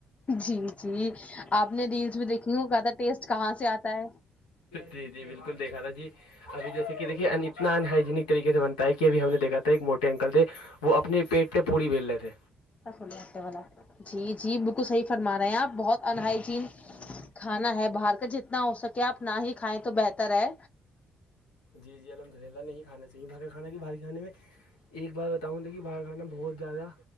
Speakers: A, on the left; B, on the left.
A: جی جی آپ نے ریلس میں دیکھی ہوں کہ تھا ٹیسٹ کہاں سے آتا ہے
B: جی جی بالکل دیکھا تھا جی ابھی جیسے کہ دیکے اتنا انہائجینک طریقے سے بنتا ہے کہ اب ہم نے دیکھا تھا ایک موٹے اکل تھے وہ اپنے پیٹ پہ پوڑی بیل رہے تھے
A: والا جی جی بالکل صحیح فرما رہے ہیں آپ بہت انہائجین کھانا ہے باہر کا جتنا ہو سکے آپ نہ ہی کھائیں تو بہتر ہے
B: جی جی الحمدھریلہ نہیں کھااہیے باہر کا کانا کہ بھاری کانے میں ایک بار بتاؤں کہ باہر کھانا بہت زیادہ